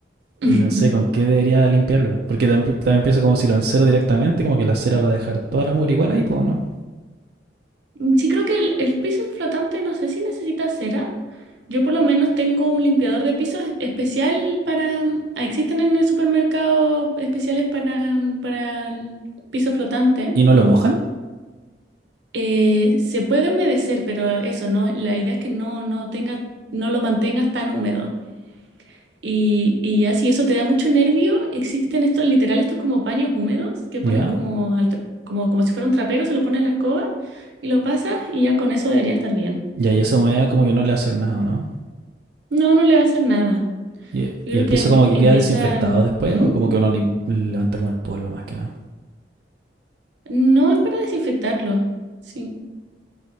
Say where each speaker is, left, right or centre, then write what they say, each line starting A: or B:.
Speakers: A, on the right; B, on the right.
A: Y
B: <laughs>
A: no sé con qué debería limpiarlo. po. Porque también, también pienso como si lo encero directamente, como que la cera va a dejar toda la mugre igual ahí, po, ¿no?
B: Sí, creo que el, el piso flotante no sé si necesita cera. Yo por lo menos tengo un limpiador de pisos es- especial para... ah, Existen en el supermercado especiales para, para el piso flotante.
A: Y no lo mojan,
B: Eh, se puede humedecer, pero eso, ¿no? La idea es que no, no tenga, no lo mantengas tan húmedo. Y, y ya si eso te da mucho nervio, existen estos, literal, estos como paños húmedos que
A: ¿ya?
B: pones como, al tra- como, como si fuera un trapero, se lo pones en la escoba y lo pasas y ya con eso debería estar bien.
A: Y ahí eso me da como que no le hace nada, ¿no?
B: No, no le va a hacer nada.
A: Y,
B: Yo
A: y
B: creo
A: el
B: que
A: piso
B: empie-
A: como que
B: empieza...
A: queda desinfectado después,
B: ¿Mm?
A: o como que uno lim- levanta como el polvo más que nada.
B: No es para desinfectarlo. Sí.